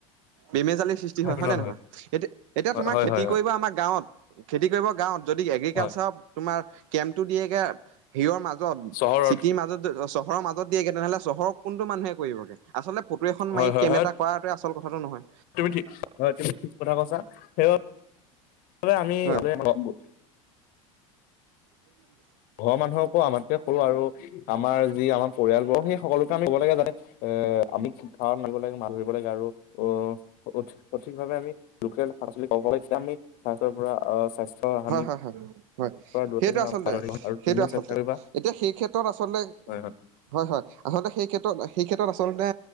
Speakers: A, on the right (about 70°); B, on the left (about 55°).
A: বেমেজালিৰ সৃষ্টি
B: খাই
A: হয়
B: পেলোৱা
A: হয় নে নহয় এতিয়া এতিয়া
B: হয়
A: তোমাৰ
B: হয়
A: খেতি
B: হয় হয়
A: কৰিব আমাৰ গাঁৱত। খেতি কৰিব গাঁৱত যদি এগ্ৰিকালচাৰ
B: হয়
A: তোমাৰ কেম্পটো দিয়েগে ভিৰৰ মাজত
B: <inaudible>
A: <unintelligible> মাজত <unintelligible> চহৰৰ মাজত দিয়েগে টি মাজত জ চহৰৰ মাজত দিয়েগে তেনেহলে চহৰৰ কোনটো মানুহে কৰিবগে আচলতে ফটো এখন মায়ী
B: হয় হয়
A: কেম্প
B: হয়
A: এটা <unintelligible> কৰাটোৱে আচল কথাটো নহয়
B: তুমি ঠিক <unintelligible> হয় তুমি ঠিক কথা কৈছা সেই <unintelligible> আমি
A: হয়
B: <unintelligible>
A: <unintelligible>
B: ঘৰৰ মানুহকো আমাতকে সৰু আৰু আমাৰ যি আমাৰ পৰিয়ালবোৰক সেই সকলোকে আমি ক'ব লাগে যাতে এ আমি <unintelligible> মাৰিব লাগে <unintelligible> ধৰিব লাগে আৰু- অ- সঠ সঠিক ভাৱে আমি লোকেল পাচলি খাব লাগে আমি সেতৰ পৰা আহ স্বাস্থ্য হানিৰ
A: হা হা হা হয়
B: পৰা দূৰত
A: সেইটো
B: থাকিম
A: আচলতে
B: আৰু
A: সেইটো
B: তুমিও
A: আচলতে
B: চেষ্টা কৰিবা
A: এতিয়া সেই ক্ষেত্ৰত আচলতে
B: হয় হয়
A: হয় হয় আচলতে সেই ক্ষেত্ৰত সেই ক্ষেত্ৰত আচলতে